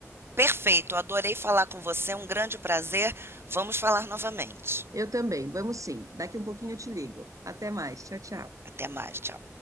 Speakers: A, on the right; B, on the right.
A: Perfeito, adorei falar com você, um grande prazer. Vamos falar novamente.
B: Eu também, vamos sim. Daqui um pouquinho eu te ligo. Até mais. Tchau, tchau.
A: Até mais, tchau.